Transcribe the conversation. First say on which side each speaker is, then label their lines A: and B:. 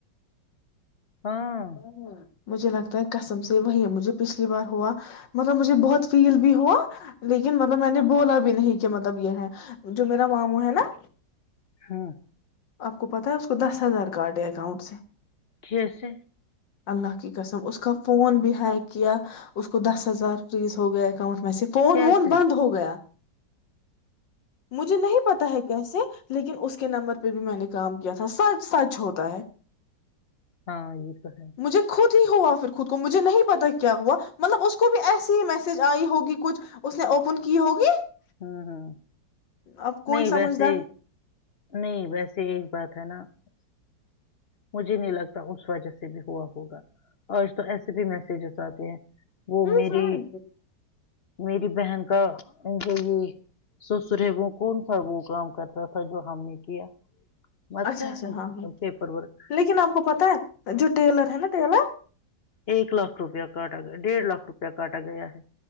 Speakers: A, on the left (about 45°); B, on the left (about 75°).
A: ہاں
B: ہاں مجھے لگتا ہے کسم سے وہی مجھے پچھلی بار ہوا مطلب مجھے بہت فیل بھی ہوا لیکن مطلب میں نے بولا بھی نہیں کہ مطلب یہ ہے جو میرا ماموں ہے نا
A: ہاں
B: آپ کو پتاہ ہے اس کو دس ہزار کاارڈ ہے اکاؤنٹ سے
A: کھ سےے
B: اللہ کی قسم اس کا فون بھی ہیک کیا اس کو دس ہزار فریز ہو گیا اکاؤنٹ ویسے فون
A: کیسے
B: وون بند ہو گیا مجھے نہیں پتا ہے کیسے لیکن اس کے نمبر پہ بھی میں نے کام کیا تھا س سچ ہوتا ہے <unintelligible>
A: ہاں یہ تو ہے <unintelligible>
B: مجھے خود ہوا پھر خود کو مجھے نہیں پتا کیا ہوا مطلب اس کو بھی ایسی ہی میسج آئی ہوگی کچھ اس نے اوپن کی ہوگی <unintelligible>
A: ہاں ہاں
B: اب کوئی
A: نہیں
B: سمجھدار
A: ویسے نہیں ویسے ایک بات ہے نا <unintelligible> مجھے نہیں لگتا <unintelligible> اس وجہ سے بھی ہوا ہوگا آج تو ایسے بھی میسیجیس آتے ہیں وہ
B: ہوں
A: میری
B: ہوں
A: میری بہن کا <unintelligible> یہ ستارے وہ کون سا وہ کام کرتا تھا جو ہم نے کیا <unintelligible> مت
B: اچھا
A: کر
B: اچھا ہاں ہاں
A: ان سے پرور <unintelligible>
B: لیکن آپ کو پتا ہے جو ٹیلر ہے نا ٹیلر <unintelligible>
A: ایک لاکھ روپیہ کاٹا ڈیڑھ لاکھ روپیہ کاٹا گیا ہے